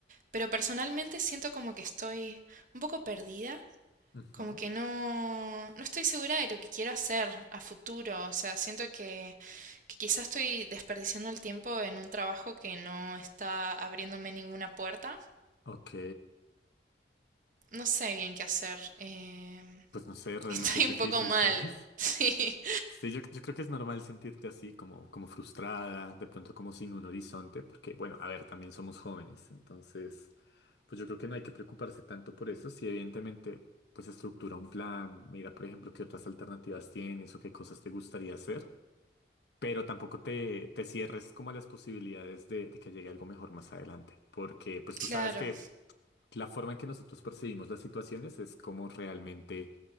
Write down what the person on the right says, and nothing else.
pero personalmente siento como que estoy un poco perdida
como que no, no estoy segura de lo que quiero hacer a futuro. O sea, siento que, que quizás estoy desperdiciando el tiempo en un trabajo que no está abriéndome ninguna puerta.
No sé bien qué hacer. em,
<laughs>
estoy
un poco mal.
<laughs> Sí,
claro.